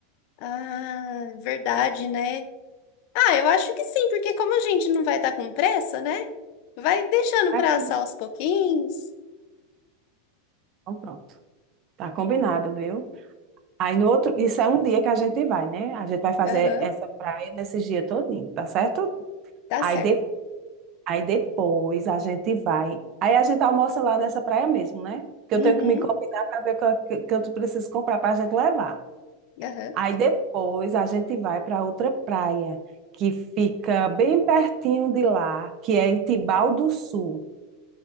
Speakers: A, on the left; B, on the right.
A: ah, verdade, né? Ah, eu acho que sim, porque como a gente não vai estar com pressa, né? Vai deixando
B: Ah,
A: para
B: que
A: assar
B: bom.
A: aos pouquinhos.
B: Então, pronto. Tá combinado, viu? Aí no outro, isso é um dia que a gente vai, né? A gente vai fazer
A: Aham,
B: essa praia nesse dia todinho, tá certo?
A: tá
B: Aí
A: certo.
B: Aí depois a gente vai. Aí a gente almoça lá nessa praia mesmo, né? Que
A: Uhum,
B: eu tenho que me combinar para ver o que, eu- que que eu preciso comprar para a gente levar.
A: aham.
B: Aí depois a gente vai para outra praia, que fica bem pertinho de lá, que é em Tibau do Sul.